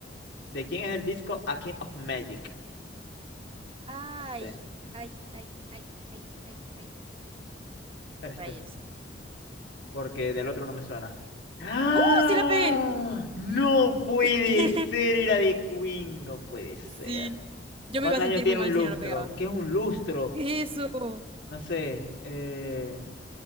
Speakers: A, on the left; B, on the right.
A: ¿De quién es el disco A King of Magic?
B: Ay,
A: No sé.
B: ay, ay, ay, ay, ay, ay.
A: Este,
B: Rayos.
A: porque del otro no me suena. ¡Ah!
B: ¡Uh! ¡Sí la pegué!
A: No puede
B: <laughs>
A: ser, era de Queen, no puede ser.
B: Sí. Yo
A: ¿Cuántos
B: me iba a sentir
A: años tiene
B: muy mal
A: un lustro?
B: si no la pegaba.
A: ¿Qué es un lustro?
B: ¿Qué es eso?
A: No sé. eh,